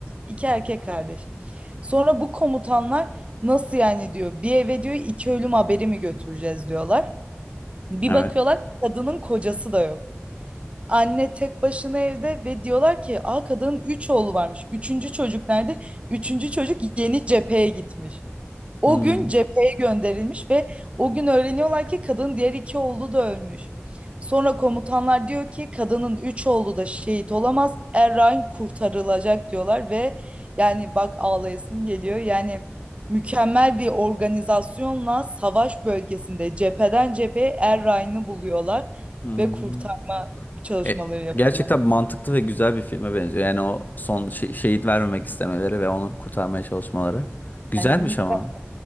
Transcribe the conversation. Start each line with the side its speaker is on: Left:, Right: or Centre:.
Right: iki erkek kardeş. Sonra bu komutanlar nasıl yani diyor. Bir eve diyor iki ölüm haberi mi götüreceğiz diyorlar. Bir
Left: Evet.
Right: bakıyorlar kadının kocası da yok. Anne tek başına evde ve diyorlar ki Aa, kadının 3 oğlu varmış. Üçüncü çocuk nerede? Üçüncü çocuk yeni cepheye gitmiş. O
Left: Hmm.
Right: gün cepheye gönderilmiş ve o gün öğreniyorlar ki kadının diğer iki oğlu da ölmüş. Sonra komutanlar diyor ki kadının üç oğlu da şehit olamaz. Errain kurtarılacak diyorlar ve yani bak ağlayasım geliyor. Yani mükemmel bir organizasyonla savaş bölgesinde cepheden cepheye Errain'i buluyorlar
Left: Hmm.
Right: ve kurtarma çalışmaları
Left: E,
Right: yapıyorlar.
Left: gerçekten mantıklı ve güzel bir filme benziyor. Yani o son şe- şehit vermemek istemeleri ve onu kurtarmaya çalışmaları. Güzelmiş
Right: Yani mükemmel
Left: ama.